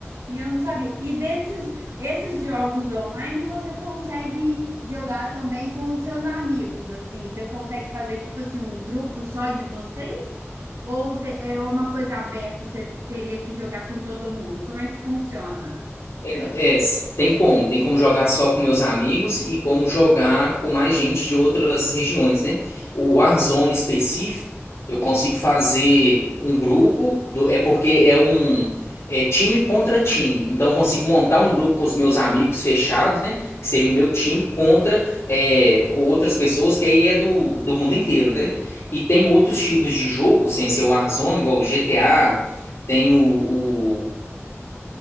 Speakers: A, on the right; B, on the left.
A: e eu não sabia. E desses, esses jogos online você consegue jogar também com os seus amigos, assim, você consegue fazer tipo assim um grupo só de vocês? Ou te- é uma coisa aberta, você teria que jogar com todo mundo? Como é que funciona?
B: É, é, s- tem como, tem como jogar só com meus amigos e como jogar com mais gente de outras regiões, né? O Warzone específico, eu consigo fazer um grupo, do, é porque é um é time contra time. Então eu consigo montar um grupo com os meus amigos fechados, né? Que seria o meu time contra é, outras pessoas que aí é do, do mundo inteiro, né? E tem outros
A: Ah,
B: tipos de jogo, sem ser o Warzone, igual o GTA, tem o,